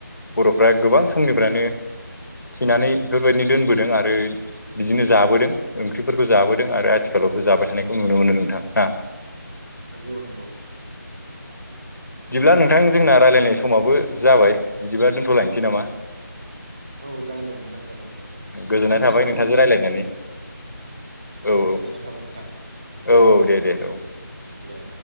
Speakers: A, on the left; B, on the right.
A: बर'फ्रा गोबां समनिफ्रानो थिनानै बेफोरबायदिनो दोनबोदों आरो बिदिनो जाबोदों ओंख्रिफोरखौ जाबोदों आरो आथिखालावबो जाबाय थानायखौ नुनो मोनो नोंथां ना
B: नोंगौ नंगौ
A: बिदिब्ला नोंथां जोंना रायजलायनाय समाबो जाबाय बिदिब्ला दोनथ'लायनोसै नामा
B: औ जागोन दे नोंथां जागोन दे
A: गोजोननाय
B: नोंथांजों
A: थाबाय
B: सावरायनो
A: नोंथांजों
B: मोननानै
A: रायलायनानै औ
B: दे गोजोननाय थाबाय नोंथां
A: औ औ औ दे दे औ
B: दे